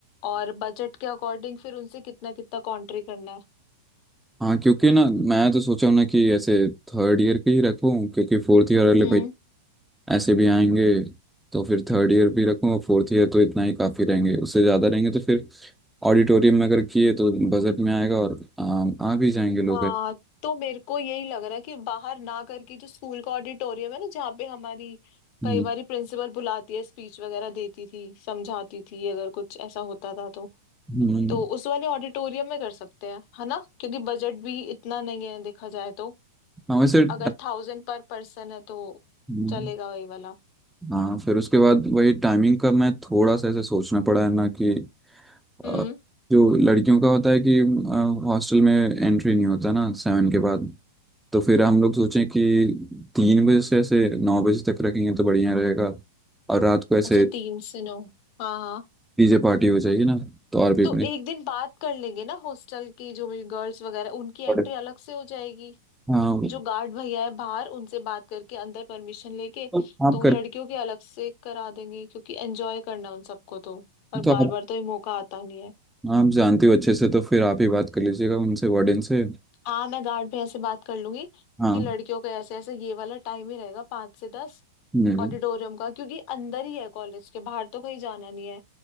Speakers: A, on the left (about 50°); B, in the centre.
A: और बजट के अकॉर्डिंग फिर उनसे कितना कितना कॉन्ट्री करना
B: हाँ क्योंकि ना मैं तो सोचा हूँ ना कि ऐसे थर्ड ईयर के ही रखूँ क्योंकि फोर्थ ईयर वाले
A: है
B: भाई ऐसे भी आएंगे तो फिर थर्ड ईयर भी रखूँ और फोर्थ ईयर तो इतना ही काफ़ी रहेंगे उससे ज़्यादा रहेंगे तो फिर ऑडिटोरियम में अगर किए तो बजट में आएगा और आ, आ भी जाएंगे लोग
A: हाँ तो मेरे को यही लग रहा है कि बाहर ना करके जो स्कूल का ऑडिटोरियम है ना जहाँ पे हमारी
B: हम्म,
A: कई बार प्रिंसिपल बुलाती है स्पीच वगैरह देती थी समझाती थी अगर कुछ ऐसा होता था तो
B: हम्म,
A: तो उस वाले ऑडिटोरियम में कर सकते हैं है ना क्योंकि बजट भी इतना नहीं है देखा जाए तो
B: हाँ वैसे ट-
A: अगर थाउजेंड पर पर्सन है तो
B: हम्म,
A: चलेगा वही वाला
B: हाँ फिर उसके बाद वही टाइमिंग का मैं थोड़ा सा ऐसे सोचना पड़ा है ना कि अ,
A: हम्म
B: जो लड़कियों का होता है कि हॉस्टल में एंट्री नहीं होता ना सेवन के बाद तो फिर हम लोग सोचें कि तीन बजे से ऐसे नौ बजे तक रखेंगे तो बढ़िया रहेगा और रात को ऐसे
A: अच्छा तीन से नौ हाँ हाँ
B: डीजे पार्टी हो जाएगी ना तो और भी
A: तो
B: अपने
A: एक दिन बात कर लेंगे ना हॉस्टल की जो भी गर्ल्स वगैरह उनकी एंट्री
B: और-
A: अलग से हो जाएगी
B: हाँ
A: जो गार्ड भैया है बाहर उनसे बात करके अंदर परमिशन लेके
B: तो आप
A: तो
B: कर
A: लड़कियों के अलग से करा देंगे क्योंकि एंजॉय करना है उन सबको तो और
B: तो आप
A: बार बार तो ये मौका आता नहीं है
B: आप जानते हो अच्छे से तो फिर आप ही बात कर लीजिएगा उनसे वार्डन से
A: हाँ मैं गार्ड भैया से बात कर लूंगी
B: हाँ
A: कि लड़कियों का ऐसे ऐसे ये वाला टाइम ही रहेगा पाँच से दस
B: हम्म,
A: ऑडिटोरियम का क्योंकि अंदर ही है कॉलेज के बाहर तो कहीं जाना नहीं है